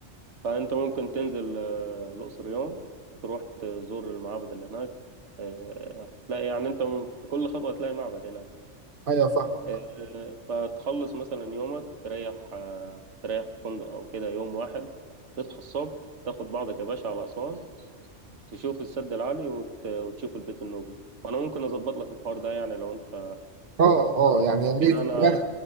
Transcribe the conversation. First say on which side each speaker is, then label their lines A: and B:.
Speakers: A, on the right (about 70°); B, on the right (about 45°).
A: فأنت ممكن تنزل آه، الأقصر يوم تروح تزور المعابد اللي هناك آه، هتلاقي يعني أنت في كل خطوة هتلاقي معبد هناك
B: أيوه فاهم
A: آه، فتخلص مثلا يومك تريح آه، تريح في فندق أو كده يوم واحد تصحى الصبح تاخد بعضك يا باشا على أسوان تشوف السد العالي وت... وتشوف البيت النوبي وانا ممكن اظبط لك الحوار ده يعني لو انت
B: اه اه يعني يا ريت
A: كده انا
B: يعني